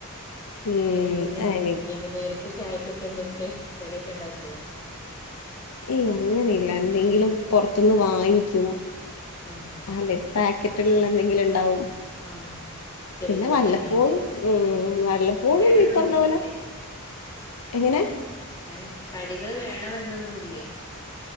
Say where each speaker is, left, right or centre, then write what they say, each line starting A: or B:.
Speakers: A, on the left (about 85°); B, on the left (about 20°).
A: ഉം
B: പിന്നെ എന്തിന്ന്
A: അനി
B: വൈകുന്നേര ത്തെ ചായക്കൊക്കെ എന്തെക്കെ കടിയൊക്കെ ഉണ്ടാക്കുവോ?
A: ഏയ് അങ്ങനെയില്ല എന്തെങ്കിലും പൊറത്തുന്ന് വാങ്ങിക്കും
B: ആഹ്
A: അല്ലേ പാക്കറ്റുകളിലെ എന്തെങ്കിലും ഉണ്ടാവും.
B: ആ ചെറിയ
A: പിന്നെ
B: ചെറിയ
A: വല്ലപ്പോഴും
B: അങ്ങനെന്തെലൊക്കെ
A: ഉം വല്ലപ്പോഴും
B: വേണന്നൊന്നുമില്ലല്ലേ
A: ഈ പറഞ്ഞ പോലെ എങ്ങനെ
B: അങ്ങനെ കടികള് വേണം എന്നൊന്നു ഇല്ല്യാ.